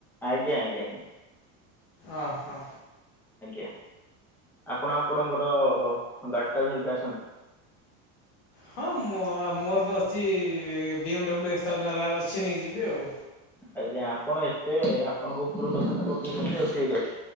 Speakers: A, in the centre; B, on the left (about 45°).
A: ଆଜ୍ଞା ଆଜ୍ଞା
B: ଓ ହୋ।
A: ଆଜ୍ଞା। ଆପଣ ଆପଣଙ୍କର ଗାଡିଟା ଧରିକି ଆସନ୍ତୁ।
B: ହଁ ମୋ ଆପ ମୋର ତ ଅଛି ବି ଏମ୍ ଡବ୍ଲ୍ୟୁ <unintelligible> ଅଛି ନେଇକି ଯିବି ଆଉ।
A: ଆଜ୍ଞା ଆପଣ ଏତେ ଆପଣଙ୍କ ଉପରୁକୁ କଥାବାର୍ତ୍ତା କରିଦଉଛନ୍ତି ଆଉ। ଠିକ ଅଛି,